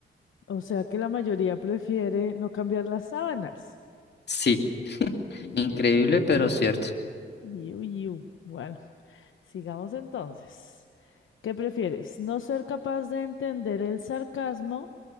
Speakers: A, on the left; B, on the left.
A: O sea que la mayoría prefiere no cambiar las sábanas.
B: Sí,
A: Iu,
B: increíble, pero cierto.
A: iu, iu. Bueno. Sigamos entonces. ¿Qué prefieres? ¿No ser capaz de entender el sarcasmo